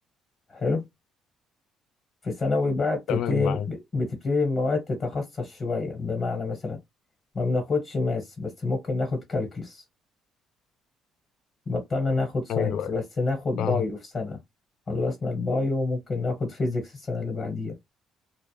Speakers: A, on the left (about 40°); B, on the left (about 70°).
A: حلو في ثانوي بقى بتبتدي
B: تمام معاك
A: بتبتدي المواد تتخصص شوية بمعنى مثلا ما بناخدش ماس بس ممكن ناخد كالكلس بطلنا ناخد ساينس
B: ايوه ايوه
A: بس ناخد
B: فاهم
A: بايو في سنة خلصنا البايو ممكن ناخد فيزيكس السنة اللي بعديها